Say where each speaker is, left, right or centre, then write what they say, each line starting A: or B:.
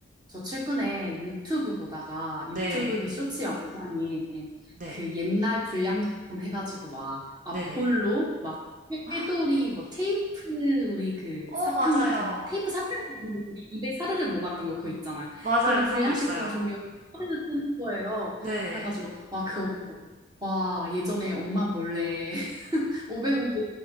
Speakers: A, on the right (about 20°); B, on the right (about 40°).
A: 저 최근에 유튜브 보다가
B: 네,
A: 유튜브 그 쇼츠 영상이
B: 네,
A: 그 옛날 불량식품 해가지고 막 아폴로
B: 네네.
A: 막
B: 아,
A: 꾀돌이 뭐 테이프 우리 그
B: 어,
A: 사탕
B: 맞아요.
A: 같은 거 테이프 사탕 같은 거 우리 입에 사르르 녹았던 거 그거 있잖아요.
B: 맞아요.
A: 그런
B: 그런
A: 불량식품
B: 거 있어요.
A: 종류가 사르르 뜨는 거예요.
B: 네,
A: 해가지고 와 그거 와 예전에 엄마 몰래 500원도